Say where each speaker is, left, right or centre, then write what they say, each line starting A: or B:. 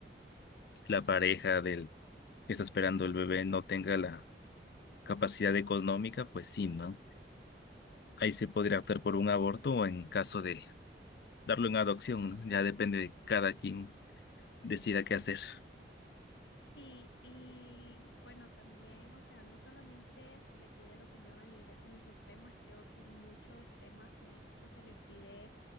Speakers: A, on the left; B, on the left.
A: la pareja del que está esperando el bebé no tenga la capacidad económica, pues sí, ¿no? Ahí se podría optar por un aborto o en caso de darlo en adopción, ¿no? Ya depende de cada quien decida qué hacer.
B: Sí, y bueno, también, o sea, no solamente se le pide la opinión a la iglesia en esos temas, creo que en muchos temas políticos se les pide